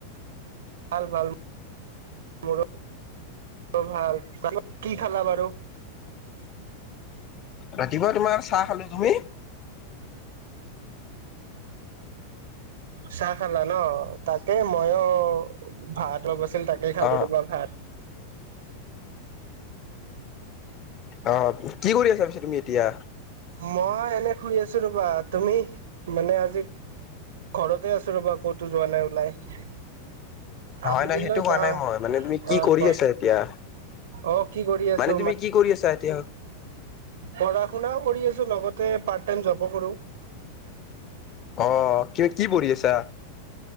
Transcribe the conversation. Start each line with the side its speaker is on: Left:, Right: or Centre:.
Right: ভাল ভাল মোৰো ভাল <unintelligible> কি খালা বাৰু?
Left: ৰাতিপুৱা তোমাৰ চাহ খালো তুমি?
Right: চাহ খালা ন? তাকে মইয়ো ভাত অৱস তাকেই খালো
Left: অ
Right: ৰবা ভাত।
Left: অহ। কি কৰি আছা পিছে তুমি এতিয়া?
Right: মই এনে শুই আছোঁ ৰবা। তুমি মানে আজি ঘৰতে আছোঁ ৰবা ক'তো যোৱা নাই ওলাই।
Left: নহয়
Right: আবেলিলৈ
Left: নহয় সেইটো কোৱা
Right: যাওঁ
Left: নাই মই মানে তুমি কি
Right: অ
Left: কৰি
Right: কোৱা
Left: আছা।
Right: অ কি কৰি আছো
Left: মানে তুমি কি কৰি আছা? এতিয়া
Right: পঢ়া শুনাও কৰি আছোঁ লগতে পাৰ্ট টাইম জবো কৰো।
Left: অহ কিহত কি পঢ়ি আছা?